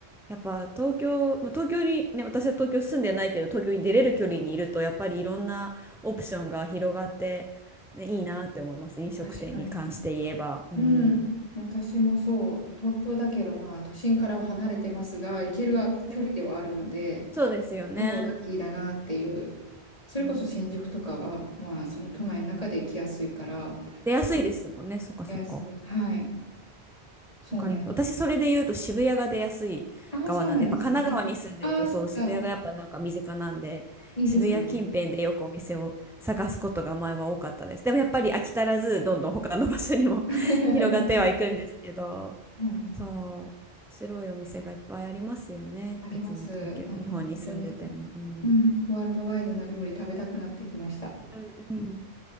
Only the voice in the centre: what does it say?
やっぱ東京、まあ、東京にね、私は東京住んでないけど、東京に出れる距離にいると、やっぱりいろんなオプションが広がって、ね、いいなって思います。飲食店に関して言えば。
うん。
うんそうですよね。
ね
出やすいですもんね。そっかそっか。
わかります。私、それで言うと渋谷が出やすい側なんで、
やっぱ神奈川に住んでると、
そう、
渋谷がやっぱなんか身近なんで、
渋谷近辺でよくお店を探すことが前は多かったです。でもやっぱり飽き足らず、どんどん他の場所にも <laughs>
広がってはいくんですけど、
そう、面白いお店がいっぱいありますよね。
別に東京、
日本に住んでても。うん。
うんうん。